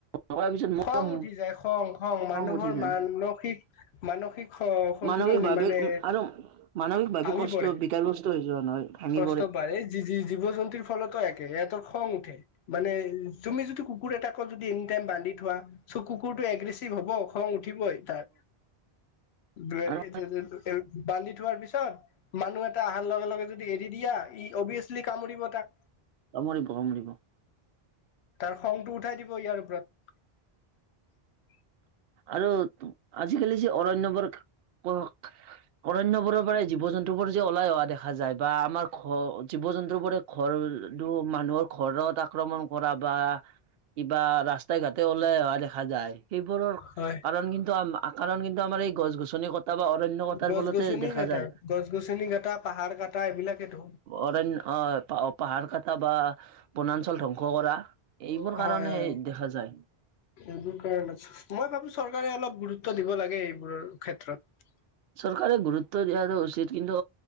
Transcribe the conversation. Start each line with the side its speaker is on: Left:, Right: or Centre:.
Right: থকাৰ পিছত মোৰ
Left: খং উঠি যায়। খং, খং মানুহৰ
Right: উঠি যায়।
Left: মানসিক মানসিক- স-সন্তোলন
Right: মানসিকভাৱে
Left: হয় মানে।
Right: উম আৰু মানসিকভাৱে
Left: ভাঙি
Right: কষ্ট
Left: পৰে
Right: বিকাৰগ্ৰস্ত হৈ যোৱা নহয় ভাঙি
Left: কষ্ট
Right: পৰে।
Left: পায়। এই জি জি জীৱ-জন্তুৰ ফলতো এক। <unintelligible> খং উঠে মানে তুমি যদি কুকুৰ এটাক যদি <inaudible> <unintelligible> বান্ধি থোৱা চ' কুকুৰ টো এগিছিভ হব খং উঠিব উঠিবই তাৰ <unintelligible>
Right: আৰু
Left: বান্ধি থোৱাৰ পিছত মানুহ এটা আহাৰ লগে লগে, যদি এৰি দিয়া ই অভিয়াচলি কামুৰিব তাক।
Right: কামুৰিব, কামুৰিব।
Left: তাৰ খংটো উঠাই দিব ইয়াৰ ওপৰত।
Right: আৰু আজিকালি যি অৰণ্যবৰণ অৰণ্যবোৰৰ পৰা জীৱ জন্তুবোৰ যে ওলাই অহা দেখা যায়, বা আমাৰ ঘ জীৱ জন্তুবোৰে ঘৰ মানুহৰ ঘৰত আক্ৰমণ কৰা বা কিবা ৰাস্তা ঘাটে হলে অহা দেখা যায়। সেইবোৰৰ
Left: হয়
Right: কাৰণ কিন্তু কাৰণ কিন্তু আমাৰ এই গছ গছনি কত কটা বা অৰণ্য কটাৰ
Left: গছ
Right: ফলতে
Left: গছনি
Right: দেখা
Left: কটা
Right: যায়,
Left: গছ গছনি কটা পাহাৰ কটা এইবিলাকেতো
Right: অৰণ্য অ পা <unintelligible> পাহাৰ কাটা বা বনাঞ্চল ধ্বংস কৰা। এইবোৰ
Left: হয়
Right: কাৰণে
Left: হয়
Right: দেখা যায়।
Left: এইবোৰ কাৰণে মই ভাবো চৰকাৰে অলপ গুৰুত্ব দিব লাগে। এইবোৰৰ ক্ষেত্ৰত।
Right: চৰকাৰে গুৰুত্ব দিয়াটো উচিত। কিন্তু